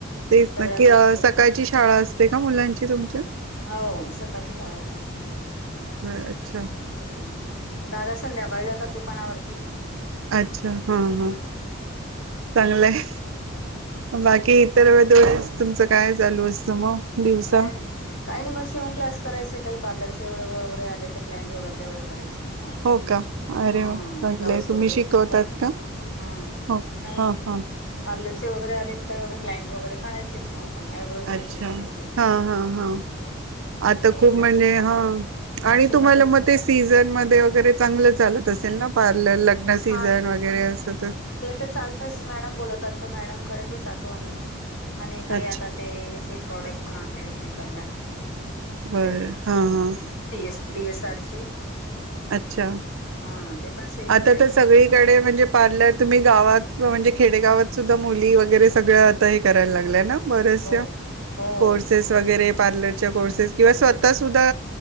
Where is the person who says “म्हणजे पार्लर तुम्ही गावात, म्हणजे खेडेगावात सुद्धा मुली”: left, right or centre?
Right